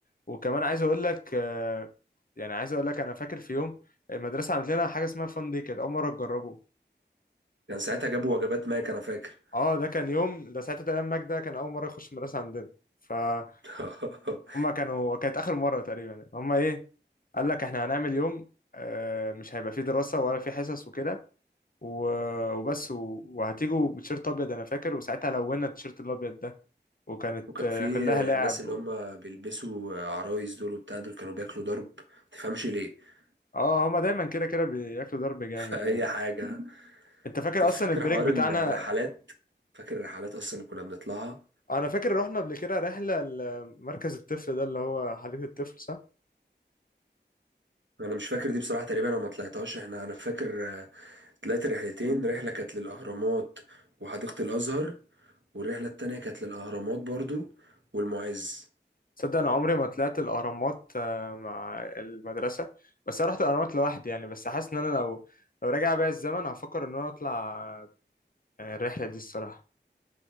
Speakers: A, on the left; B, on the right.
A: وكمان عايز اقول لك آه، يعني عايز اقول لك انا فاكر في يوم المدرسة عملت لنا حاجة اسمها فان دي كانت اول مرة تجربه
B: كان ساعتها جابوا وجبات ماك انا فاكر
A: اه ده كان يوم ده ساعتها تمام ماك ده كان اول مره يخش المدرسه عندنا فهم
B: <laughs>
A: كانوا كانت اخر مره تقريبا هم ايه قال لك احنا هنعمل يوم آه، مش هيبقى فيه دراسه ولا فيه حصص وكده و- وبس و- وهتيجوا بتيشيرت ابيض انا فاكر وساعتها لونا التيشيرت الابيض ده وكانت
B: وكان
A: آه،
B: في
A: كلها لعب
B: آه، الناس اللي
A: و...
B: هم بيلبسوا آه، عرايس دول وبتاع دول كانوا بياكلوا ضرب متفهمش ليه <laughs>
A: اه هما دايما كده كده بياكلوا ضرب جامد
B: في
A: يعني
B: اي حاجة
A: انت فاكر
B: طب
A: اصلا
B: فاكر
A: البريك
B: حوار
A: بتاعنا
B: الرحلات فاكر الرحلات اصلا اللي كنا بنطلعها
A: انا فاكر رحنا قبل كده رحله لمركز الطفل ده اللي هو حديقه الطفل صح
B: انا مش فاكر دي بصراحة تقريبا انا ما طلعتهاش احنا انا فاكر آه، طلعت رحلتين رحلة كانت للاهرامات وحديقة الازهر والرحلة التانية كانت للأهرامات برضو والمعز
A: تصدق انا عمري ما طلعت الاهرامات آه، مع المدرسه بس انا رحت الاهرامات لوحدي يعني بس حاسس ان انا لو لو راجع بيا الزمن هفكر ان انا اطلع آه، الرحله دي الصراحه